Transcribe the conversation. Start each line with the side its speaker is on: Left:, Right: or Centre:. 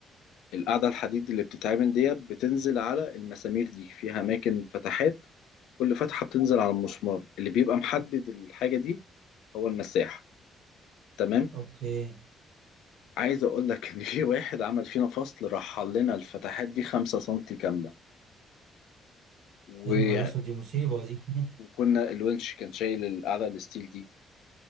Left: القاعدة الحديد اللي بتتعمل ديت بتنزل على المسامير دي فيها أماكن فتحات كل فتحة بتنزل على المسمار اللي بيبقى محدد الحاجة دي هو المساح تمام
Right: اوكي
Left: عايز أقول لك إن في واحد عمل فينا فصل رحل لنا الفتحات دي خمسة سنتي كاملة و-
Right: يا نهار اسود دي مصيبة دي <laughs>
Left: وكنا الونش كان شايل القاعدة الستيل دي